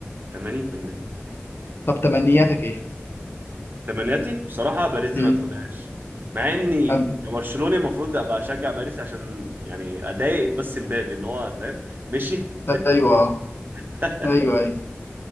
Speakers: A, on the right; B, on the left.
A: 80%
B: طب تمنياتك ايه؟
A: تمنياتي بصراحة باريس دي
B: مم.
A: ما تاخدهاش مع اني
B: أم-
A: كبرشلوني المفروض ابقى اشجع باريس عشان يعني اضايق بس مبابي ان هو فاهم مشي
B: ايوه
A: <laughs>
B: ايوه ايوه